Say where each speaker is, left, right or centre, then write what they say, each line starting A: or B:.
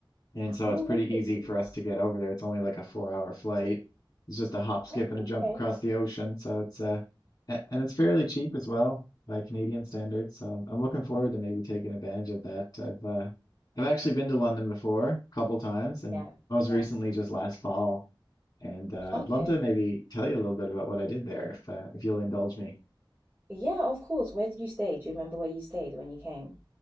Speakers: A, on the left; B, on the right.
A: and so
B: Oh,
A: it's pretty
B: really?
A: easy for us to get over there. It's only like a four-hour flight. It's just a hop, skip,
B: Oh,
A: and
B: okay.
A: a jump across the ocean. So it's uh, a- and it's fairly cheap as well by Canadian standards. So I'm looking forward to maybe taking advantage of that. I've uh, I've actually been to London before, a couple times, and
B: Yeah,
A: most recently
B: yeah.
A: just last fall. And uh,
B: Okay.
A: I'd love to maybe tell you a little bit about what I did there, if uh, if you'll indulge me.
B: Yeah, of course. Where did you stay? Do you remember where you stayed when you came?